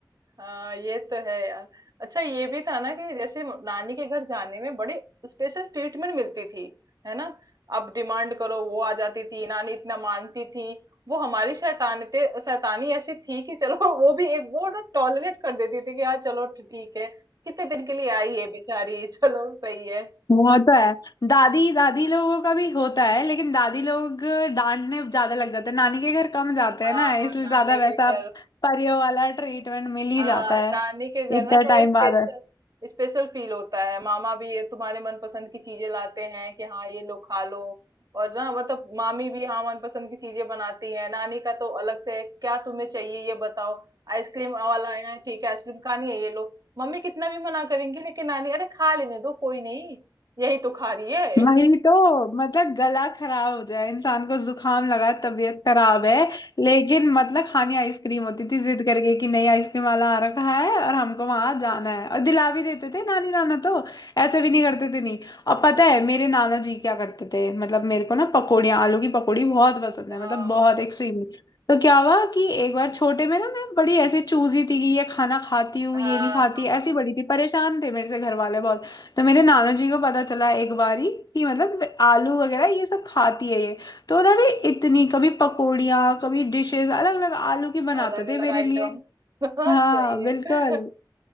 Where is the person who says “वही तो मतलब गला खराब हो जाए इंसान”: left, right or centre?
Left